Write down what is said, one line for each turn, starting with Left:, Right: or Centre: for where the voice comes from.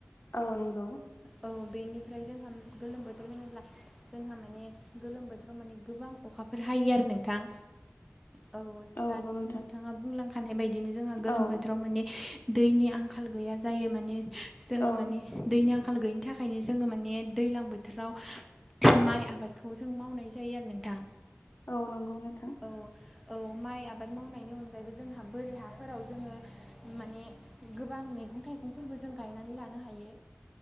Left: औ नंगौ
Centre: औ बेनिफ्राय जोंहा गोलोम बोथोर होनोब्ला जोंहा माने गोलोम बोथोराव माने गोबां अखा फोर हायो आरो नोंथां औ दानिसो
Left: नंगौ नोंथां
Centre: नोंथाङा बुंलांखानाय बायदिनो जोंहा गोलोम
Left: औ
Centre: बोथोराव माने दैनि आंखाल गैया जायो माने जोङो
Left: औ
Centre: माने दैनि आं खाल गैयिनि थाखायनो जोङो माने दैलां बोथोराव माइ आबादखौ जों मावनाय जायो आरो नोंथां
Left: औ नंगौ नोंथां
Centre: औ औ माइ आबाद मावनायनि अनगायैबो जोंहा बोरि हाफोराव जोङो माने गोबां मैगं थाइगंफोरबो जों गायनानै लानो हायो